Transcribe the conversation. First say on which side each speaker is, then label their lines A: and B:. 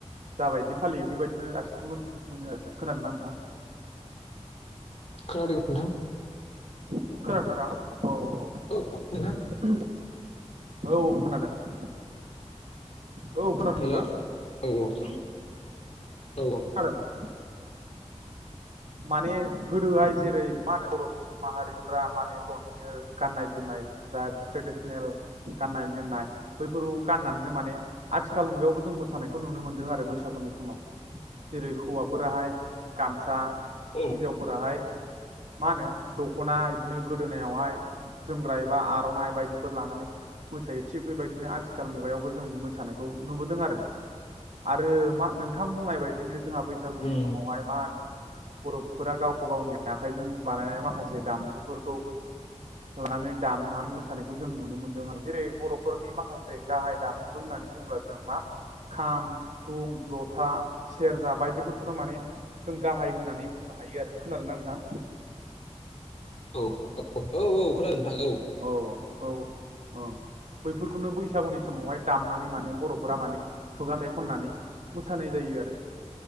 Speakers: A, on the right; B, on the left.
A: जाबायदि फालियो बेबायदिनो <unintelligible> मोनो आरो खोनादों ना नोंथां?
B: खोनादों नोंथां।
A: खोनादों ना नोथां
B: औ
A: औ
B: नोंथां
A: औ औ खोनादों। औ खोनादों
B: हेलौ
A: नोंथां
B: औ औ औ औ
A: <unintelligible> माने गोदोहाय जेरै मा होनो बर'सु सुबुं माहारिफ्रा माने बहायनो गाननाय जोमनाय जा ट्रेडिसनेल गाननाय जोमनाय बैफोरखौ गाननानैनो माने आथिखाल मुगायावबो जों मोसानाय खौ नुनो मोन्दों आरो बैसागुनि समाव जेरै हौवाफोराहाय गामसा
B: औ
A: हिनजावफोराहाय मा होनो दख'ना इदिनो गोदोनायाव हाय जोमग्रा एबा आर'नाइ बायदिफोर लानानै मोसायो थिग बेबायदिनो आथिखाल मुगायावबो जों मोसानायखौ नुबोदों आरो आरो मा नोंथां बुंनाय बायदिनो जोंहा बैसागुनि
B: उम
A: समावहाय मा होन बर'फोरा गाव गावनि आखाइजों बानायनाय माखासे दामजुफोरखौ लानानै दामनानै मोसानायखौ जों नुनो मोनदों <unintelligible> जेरै बर'फोरनि माखासे गाहाय दामजु होननानै बुङोब्ला जों मा खाम, सिफुं, जथा, सेरजा बायदिफोरखौनो माने जों गाहाय होननानै बुंनो हायो आरो खोनादों ना नोंथां?
B: औ औ औ खोनादों नोंथां औ
A: औ औ अ बैफोरखौनो बैसागुनि समावहाय दामनानै माने बर'फोरा माने खुगा <unintelligible> खननानै मोसानाय जायो आरो